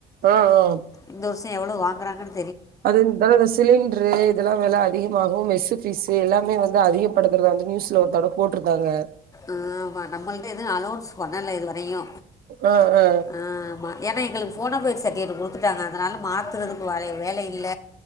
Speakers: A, on the right; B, on the left.
A: ஆ ஆ
B: இந்த வருஷோ எவ்ளோ வாங்கறாங்கனு
A: அது இந்த வருஷ் சிலிண்ட்ரு இதெல்லா வெல அதிகமாகுமெஸ்ஸு ஃபீஸு எல்லாமே வந்து அதிகப்படுத்துறதா வந்து நியூஸ்ல ஒருத்தடோ போட்ருந்தாங்க
B: ஆம்மா நம்மள்ட்ட எதுவு அனோன்ஸ் பண்ணல இதுவரையு
A: ஆ ஆ
B: ஆமா ஏனா எங்களுக்கு ஃபோனோபைட் சட்டிஃபிகேட் குடுத்துட்டாங்க அதனால மாத்துறதுக்கு வேற வேலை இல்ல